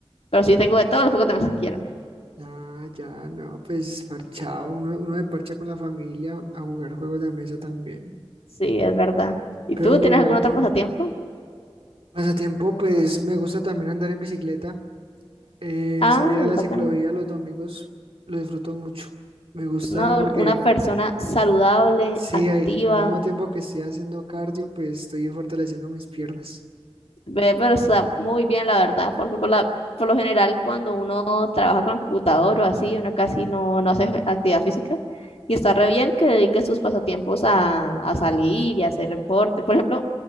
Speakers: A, on the left; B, on the right.
A: Pero sí tengo de todos los juegos de mesa que quiero.
B: Ah, ya, no, pues parchado, uno, uno se parcha con la familia a jugar juegos de mesa también.
A: Sí, es verdad. ¿Y
B: Pero
A: tú
B: mira
A: tienes algún otro
B: que
A: pasatiempo?
B: pasatiempo, pues me gusta también andar en bicicleta, eh,
A: Ah,
B: salir a la
A: es bacano.
B: ciclovía los domingos, lo disfruto mucho. Me gusta
A: No,
B: porque
A: una una persona saludable,
B: sí,
A: activa.
B: hay, al mismo tiempo que estoy haciendo cardio, pues estoy fortaleciendo mis piernas.
A: Ve, pero está muy bien, la verdad, porque por la, por lo general cuando uno trabaja con el computador o así, uno casi no, no hace actividad física y está re bien que dedique sus pasatiempos a, a salir y a hacer deporte. Por ejemplo,